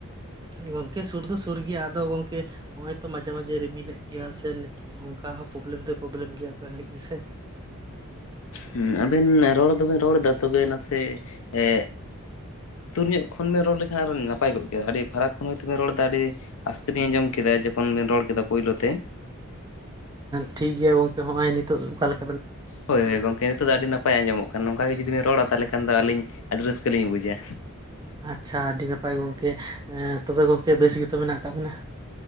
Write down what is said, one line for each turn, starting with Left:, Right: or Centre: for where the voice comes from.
Right: ᱜᱚᱝᱠᱮ ᱥᱩᱨ ᱫᱚ ᱥᱩᱨ ᱜᱮᱭᱟ ᱟᱫᱚ ᱜᱚᱝᱠᱮ ᱚᱭᱼᱛᱚ ᱢᱟᱡᱮ ᱢᱟᱡᱮ ᱨᱤᱢᱤᱞᱮᱜ ᱜᱮᱭᱟ ᱥᱮ ᱚᱱᱠᱟ ᱦᱚᱸ ᱯᱨᱚᱵᱞᱮᱢ ᱫᱚᱭ ᱯᱨᱚᱵᱞᱮᱢ ᱜᱮᱭᱟ ᱚᱠᱟ ᱜᱷᱟᱹᱲᱤᱡ ᱜᱮᱥᱮ ᱾
Left: ᱦᱩᱸ ᱟᱵᱤᱱ ᱨᱚᱲ ᱫᱚᱵᱮᱱ ᱨᱚᱲ ᱫᱟ ᱛᱚᱵᱮ ᱱᱟᱥᱮ ᱮ ᱛᱩᱨ ᱧᱚᱜ ᱠᱷᱚᱱᱵᱮ ᱨᱚᱲ ᱞᱮᱠᱷᱟᱱ ᱟᱨᱚ ᱱᱟᱯᱟᱭ ᱜᱚᱜ ᱠᱮᱭᱟ ᱟᱹᱰᱤ ᱯᱷᱟᱨᱟᱠ ᱾ ᱠᱷᱚᱱ ᱦᱚᱭᱛᱳ ᱵᱮᱱ ᱨᱚᱲᱫᱟ ᱟᱹᱰᱤ ᱟᱥᱛᱮ ᱞᱤᱧ ᱟᱸᱡᱚᱢ ᱠᱮᱫᱟ ᱡᱚᱠᱷᱚᱱ ᱵᱤᱱ ᱨᱚᱲ ᱠᱮᱫᱟ ᱯᱳᱭᱞᱳ ᱛᱮ ᱾
Right: ᱴᱷᱤᱠ ᱜᱮᱭᱟ ᱜᱚᱝᱠᱮ ᱦᱚᱸᱜᱼᱚᱭ ᱱᱤᱛᱚᱜ ᱚᱠᱟ ᱞᱮᱠᱟ ᱾
Left: ᱦᱳᱭ ᱦᱳᱭ ᱜᱚᱢᱠᱮ ᱱᱤᱛᱚᱜ ᱫᱚ ᱟᱹᱰᱤ ᱱᱟᱯᱟᱭ ᱟᱸᱡᱚᱢᱚᱜ ᱠᱟᱱᱟ ᱱᱚᱝᱠᱟ ᱜᱮ ᱡᱩᱫᱤ ᱵᱤᱱ ᱨᱚᱲᱟ ᱛᱟᱦᱚᱞᱮ ᱠᱷᱟᱱ ᱫᱚ ᱟᱹᱞᱤᱧ ᱟᱹᱰᱤ ᱨᱟᱹᱥᱠᱟᱹ ᱞᱤᱧ ᱵᱩᱡᱟ᱾
Right: ᱟᱪᱪᱷᱟ ᱟᱹᱰᱤ ᱱᱟᱯᱟᱭ ᱜᱚᱝᱠᱮ ᱮᱸ ᱛᱚᱵᱮ ᱜᱚᱝᱠᱮ ᱵᱮᱥ ᱜᱮᱛᱚ ᱢᱮᱱᱟᱜ ᱠᱟᱜ ᱵᱮᱱᱟ?